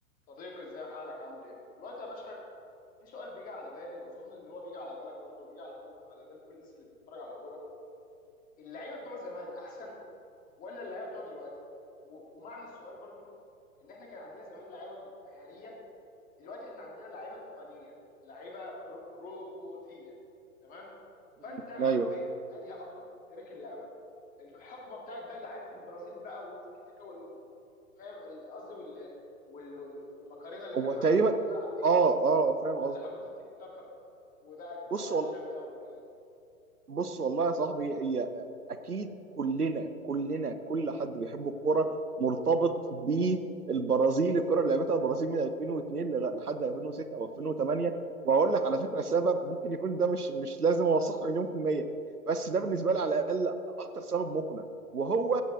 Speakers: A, on the left; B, on the right.
A: صديقي ازاي حالك عامل ايه؟ الوقت يا باشا في سؤال بيجي على بالي واظن ان هو بيجي على بالك برضه بيجي على كل على بال كل الناس اللي بتتفرج على كوره اللعيبه بتوع زمان احسن ولا اللعيبه بتوع دلوقتي؟ و... ومعنى السؤال برضه ان احنا كان عندنا زمان لعيبه مهاريه دلوقتي احنا عندنا لعيبه تقنيه لعيبه ر... روبوتيه تمام؟
B: مم.
A: فانت حبيت
B: ايوه
A: انهي اكتر في تاريخ اللعبه؟ الحقبه بتاعت بقى لعيبه البرازيل بقى والتيكي تاكا وال- فاهم ال- قصدي وال... وال... والمكرونه اللي كانوا
B: هو تقريبا
A: بيعملوها في الملعب دي
B: اه اه فاهم
A: ولا
B: قصدي
A: حقبه التيكي تاكا وبقى الكوره
B: بص
A: بقى الشامله
B: هو
A: والكلام ده
B: بص والله يا صاحبي هي اكيد كلنا كلنا كل حد بيحب الكوره مرتبط بالبرازيل الكره اللي لعبتها البرازيل من 2002 لغ- لحد 2006 و2008 وهقول لك على فكره سبب ممكن يكون ده مش مش لازم اوثقه مليون في الميه بس ده بالنسبه لي على الاقل اكتر سبب مقنع وهو